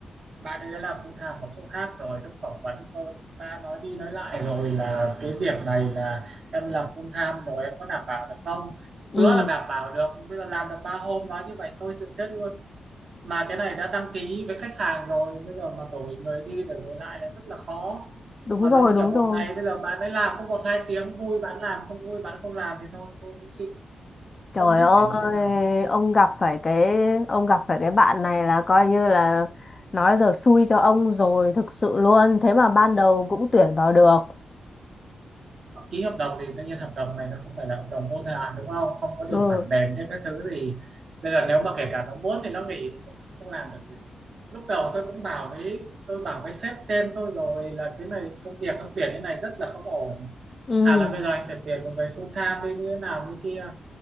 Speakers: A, on the right (about 45°); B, on the left (about 25°).
A: bạn ấy đã làm full time một chỗ khác rồi lúc phỏng vấn tôi cũng đã nói đi nói lại rồi là cái việc này là em làm full time rồi em có đảm bảo được không
B: ừ
A: hứa là đảm bảo được bây giờ làm được ba hôm nói như vậy tôi chịu chết luôn mà cái này đã đăng ký với khách hàng rồi bây giờ mà đổi người đi đổi người lại là rất là khó
B: đúng
A: mà
B: rồi
A: giống như
B: đúng
A: kiểu một
B: rồi
A: ngày bây giờ bạn ấy làm có một hai tiếng vui bạn làm không vui bạn không làm thì thôi tôi cũng chịu
B: trời
A: không biết
B: ơi
A: phải như thế nào hết.
B: ông gặp phải cái ông gặp phải cái bạn này là coi như là nói giờ xui cho ông rồi thực sự luôn thế mà ban đầu cũng tuyển vào được
A: ký hợp đồng thì tự nhiên hợp đồng này nó không phải là hợp đồng vô thời hạn đúng không không có điều
B: ừ
A: khoản đền thế các thứ thì bây giờ nếu mà kể cả nó muốn thì nó nghỉ thì mình cũng không làm được gì lúc đầu tôi cũng bảo với tôi bảo với sếp trên tôi rồi là cái này công việc nó tuyển như này rất là không ổn
B: ừ
A: Thà là bây giờ anh phải tuyển một người full time đi như thế nào như kia